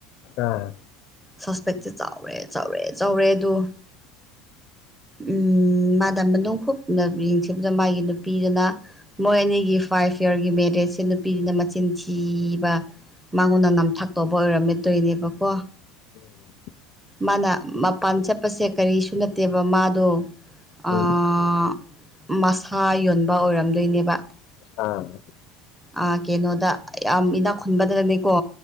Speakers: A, on the left; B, in the centre.
A: ꯑꯥ
B: ꯁꯄꯦꯛꯁꯁꯤ ꯆꯥꯎꯔꯦ ꯆꯥꯎꯔꯦ ꯆꯥꯎꯔꯦ ꯑꯗꯨ ꯎꯝ ꯃꯥꯗ ꯃꯅꯨꯡ ꯍꯨꯞꯅ ꯌꯦꯡꯁꯤꯟꯕꯗ ꯃꯥꯒꯤ ꯅꯨꯄꯤ ꯅꯨꯄꯤꯗꯨꯅ ꯃꯣꯏ ꯑꯅꯤꯒꯤ ꯐꯥꯏꯚ ꯌꯥꯔꯒꯤ ꯃꯦꯔꯦꯖꯁꯦ ꯅꯨꯄꯤꯗꯨꯅ ꯃꯆꯤꯟ ꯊꯤꯕ ꯃꯉꯣꯟꯗ ꯅꯝꯊꯥꯛ ꯇꯧꯕ ꯑꯣꯏꯔꯝꯃꯤꯗꯣꯏꯅꯦꯕꯀꯣ
A: ꯎꯝ
B: ꯃꯥꯅ ꯃꯄꯥꯟ ꯆꯠꯄꯁꯦ ꯀꯔꯤꯁꯨ ꯅꯠꯇꯦꯕ ꯃꯥꯗꯣ
A: ꯎꯝ
B: ꯑꯥ ꯃꯁꯥ ꯌꯣꯟꯕ ꯑꯣꯏꯔꯝꯗꯣꯏꯅꯦꯕ
A: ꯑ
B: ꯑ ꯀꯩꯅꯣꯗ ꯌꯥꯝ ꯏꯅꯥꯛ ꯈꯨꯟꯕꯗꯅꯅꯦꯀꯣ